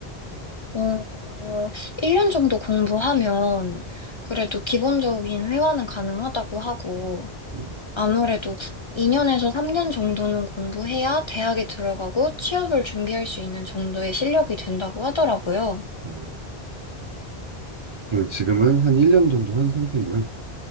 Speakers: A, on the left; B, on the right.
A: 어, 1년 정도 공부하면 그래도 기본적인 회화는 가능하다고 하고
B: 음.
A: 아무래도 2년에서 3년 정도는 공부해야 대학에 들어가고 취업을 준비할 수 있는 정도의 실력이 된다고 하더라고요.
B: 어. 그리고 지금은 한 1년 정도 한 상태인걸?